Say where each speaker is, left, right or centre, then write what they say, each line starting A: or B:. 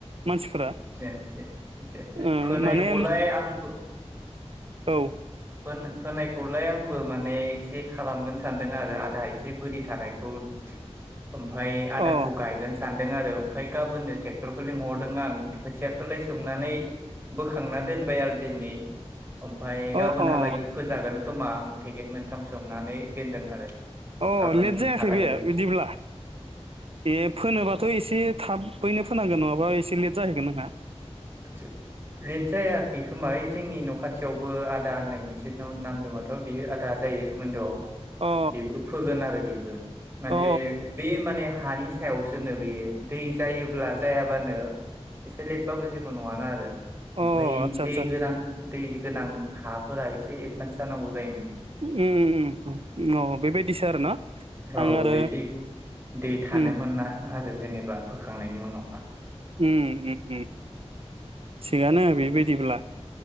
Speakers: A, on the right; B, on the right.
A: मानसिफोरा
B: दे दे दे
A: ओ
B: फोनायखौलाय
A: माने
B: आंबो
A: औ।
B: फोन फोनायखौलाय आंबो माने एसे खालामगोन सानदों आरो आधा एसे बोरि थानायखौ ओमफाय आदाखौ
A: अ
B: गायगोन सानदों आरो। ओमफाय गाबोननो टेक्टरखौ लिंहरदों आं खोथिया खौलाय सोमनानै। बोखांना दोनबाय आरो दिनै ओमफा गाबोनहालागि
A: अ अ
B: फोजागोन। खोमा आं पेकेट मोनथाम सोमनानै दोनदों आरो।
A: अ
B: गाबोनहालागै
A: लेट जायाखै बे बिदिब्ला ए फोनोबाथ एसे एसे थाबैनो फोनांगोन नङाबा एसे लेट जाहैगोन नोंहा।
B: आदसा लेट जायाखै खोमा यै जोंनि न खाथियावबो आदा होननाय मोनसे नाम दङथ बियो आदा जायो सोमोन्दोआव।
A: अ
B: बेबो फोगोन आरो बे बे। माने
A: अ
B: बे माने हानि सायासोनो बे दै जायोब्ला जायाबानो एसे लेटबाबो जे नङानो आरो। ओमफफ्राय
A: अ आदसा
B: दै
A: आदसा
B: गोरान दै गोनां हाफोरा एसे एदभान्स जानांगौ जायोनो।
A: उम उम अ बेबायदिसो आरो ना
B: औ
A: आं आरो
B: बे दै दै थानो
A: उम।
B: मोना <inaudible> उनावहा
A: उम <unintelligible> थिगानो बेबायदिब्ला